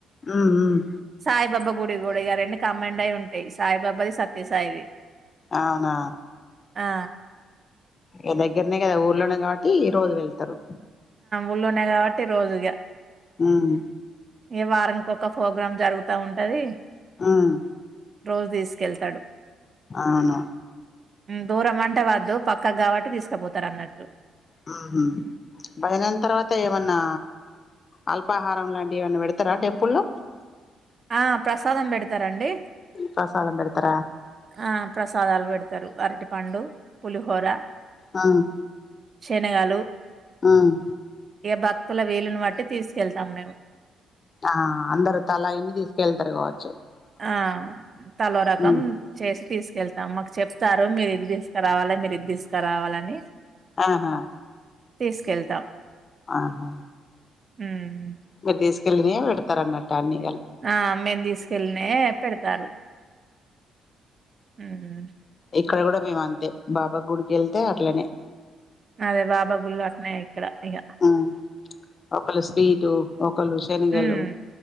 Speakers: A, on the left; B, on the right.
A: ఉమ్ ఉమ్
B: సాయిబాబా గుడి గుడి గాడే అన్నీ కంబైన్డై ఉంటాయి సాయిబాబాది, సత్యసాయిది.
A: అవునా?
B: ఆ
A: మా దగ్గరనే కదా ఊర్లోనే కాట్టి రోజూ వెళ్తారు.
B: ఊళ్లోనే కాబట్టి రోజు ఇగ
A: ఉమ్!
B: వారానికి ఒక ప్రోగ్రాం జరుగుతా ఉంటాది.
A: ఉమ్
B: రోజూ తీసుకెళ్తాడు.
A: అవును.
B: దూరం అంటే వద్దు పక్కకు కాబట్టి తీసుకుపోతారు అన్నట్టు.
A: మ్ హు బయల్దేరిన తర్వాత ఏమన్నా అల్ ఉపాహారం లాంటివి ఏవన్న పెడతారా టెంపుల్లో.
B: ఆ ప్రసాదం పెడతారండి
A: ప్రసాదం పెడతారండి.
B: ఆ ప్రసాదాలు పెడతారు అరటి పండు, పులిహోర.
A: అవును.
B: శనగలు
A: మ్!
B: భక్తుల వీలుని బట్టి తీసుకెళ్తాం మేము.
A: ఆ అందరూ తలా ఇన్ని తీసుకెళ్తారు గావచ్చు.
B: ఆ తలో రకం
A: ఉమ్
B: చేసి తీసుకెళ్తాం మాకు చెప్ ఇస్తారు మీరు ఇది తీసుకురావాలి మీరు ఇది తీసుకురావాలని
A: ఆహా
B: తీసుకెళ్తా
A: ఆహా
B: ఉమ్
A: విదేశకెళ్ళని పెడతారు అన్నట్టు అన్ని కలిపి
B: ఆ మేను తీసుకెళ్ళిన పెడతారు హు హ్మ్
A: అక్కడ కూడా మే అంతే బాబా గుడికి వెళ్తే అట్లనే
B: అదే బాబా గులు అట్నే ఇక్కడ ఇక
A: ఆ ఒకళ్ళు స్వీటు. ఒకళ్ళు శనగలు
B: ఉమ్